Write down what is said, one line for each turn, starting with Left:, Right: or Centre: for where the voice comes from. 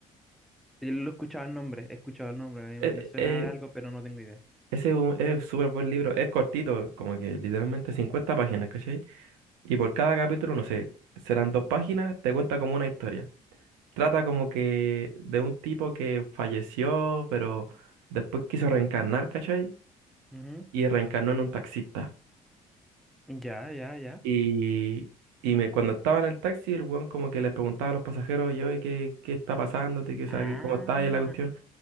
Centre: Yo lo he escuchado el nombre, he escuchado el nombre,
Right: Eh,
Centre: me, me- suena
Right: eh,
Centre: de algo, pero no tengo idea.
Right: ese es un es súper buen libro, es cortito, como que literalmente 50 páginas, ¿cachai? Y por cada capítulo, no sé, serán dos páginas, te cuenta como una historia. Trata como que de un tipo que falleció, pero después quiso reencarnar, ¿cachai?
Centre: Ujú.
Right: Y reencarnó en un taxista.
Centre: Ya, ya, ya.
Right: Y, y me, cuando estaba en el taxi, el weón como que les preguntaba a los pasajeros, yo, ¿y qué, qué está pasando? ¿Qué, o sea,
Centre: Ah,
Right: qué- ¿Cómo está ahí la cuestión?